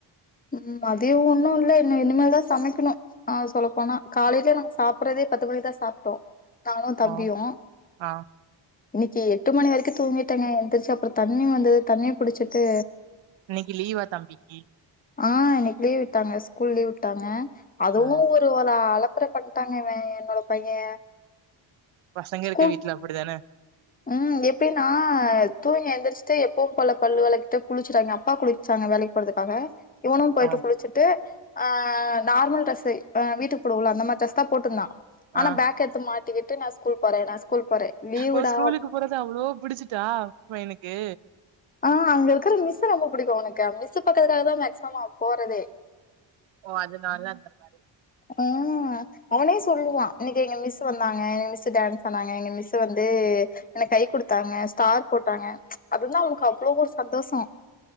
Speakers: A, on the left; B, on the right.
A: ம் மதியு ஒன்னு இல்ல இன்னு இனிமே தா சமைக்கிணு ஆ சொல்லப்போனா காலைலே நாங் சாப்டதே பத்து மணிக்தா சாப்டோ நானு தம்பியு
B: ஓ ஆ
A: இன்னிக்கி எட்டு மணி வரைக்கு தூங்கிட்டங்க எந்திரிச்சி அப்புறோ தண்ணி வந்தது தண்ணிய புடிச்சிட்டு
B: இன்னிக்கி லீவா தம்பிக்கி
A: ஆ இன்னைக்கன லீவ் விட்டாங்க ஸ்கூல் லீவ் வுட்டாங்க அதுவு
B: ஆ
A: ஒரு வளா அளப் ப்ற பண்ட்டாங்க இவ என்னோட பைய
B: பசங்க
A: ஸ்கூல்
B: இருக்க வீட்ல அப்டிதான
A: ம் எப்பயுன் நா தூங்கி எந்திரிச்சிட்டு எப்பவு போல பல்லு‌ வெலகிட்டு குளிச்சிட்டாங்க அப்பா குளிச்சாங்க வேலைக்கு போறதுக்காக இவனும் போய்டு
B: ஆ
A: குளிச்சிட்டு ஆ நார்மல் டிரெஸ்சே அ வீட்டுக்கு போடுவோல அந்த மாரி டிரெஸ் தா போட்டுந்தா ஆனா
B: ஆ
A: பேக் எட்த்து மாட் டிகிட்டு நா ஸ்கூல் போறே நா ஸ்கூல் போறே லீவுடா
B: ஓ ஸ்கூலுக்கு போறது அவ்ளோ பிடிச்சிட்டா பையனுக்கு
A: ஆ அங்க இருக்கற மிஸ்ஸு ரொம்ப புடிக்கு அவனுக்கு மிஸ்ஸு பாக்கறதுக்காக தா மேக்சிமம் அவ போறதே
B: ஒ அதனால அந்த மாரி
A: ம் அவனே சொல்லுவா இன்னைக்கு எங்க மிஸ்ஸு வந்தாங்க மிஸ்ஸு டான்ஸ் பன்னாங்க எங்க மிஸ்ஸு வந்து எனக் கை குடுத்தாங்க ஸ்டார் போட்டாங்க அது வந்து அவனுக்கு அவ்ளோ ஒரு சந்தோசோ